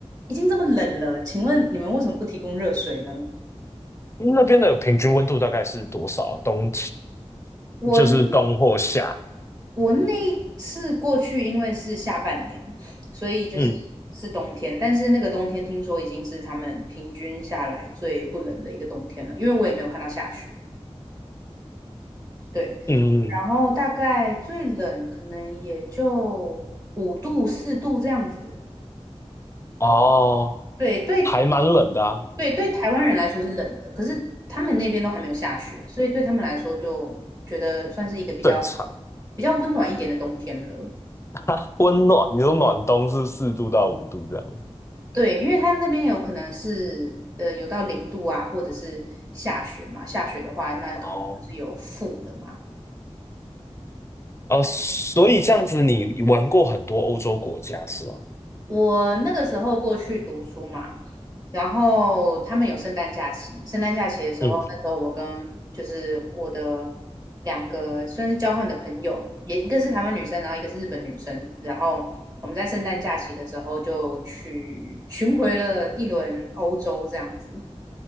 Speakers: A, on the right (about 35°); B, on the left (about 25°).
A: 已经这么冷了，请问你们为什么不提供热水呢？
B: 那边的平均温度大概是多少？冬，
A: 我那
B: 就是冬或夏。
A: 我那一次过去，因为是下半年，所以就是是冬天，
B: 嗯
A: 但是那个冬天听说已经是他们平均下来最不冷的一个冬天了，因为我也没有看到下雪。对，
B: 嗯嗯，
A: 然后大概最冷可能也就五度、四度这样子。
B: 哦，
A: 对，对，
B: 还蛮冷的啊，
A: 对，对，台湾人来说是冷的，可是他们那边都还没有下雪，所以对他们来说就觉得算是一个比较
B: 正常。
A: 比较温暖一点的冬天了。
B: <laughs> 温暖，你说暖冬是四度到五度这样。
A: 对，因为它那边有可能是呃有到零度啊，或者是下雪嘛。下雪的话，那可能就是有负的嘛。
B: 哦哦，所以这样子你玩过很多欧洲国家是吗？
A: 我那个时候过去读书嘛，然后他们有圣诞假期，圣诞假期的时候，
B: 嗯，
A: 那时候我跟就是我的两个算是交换的朋友，也一个是台湾女生，然后一个是日本女生，然后我们在圣诞假期的时候就去巡回了一轮欧洲这样子。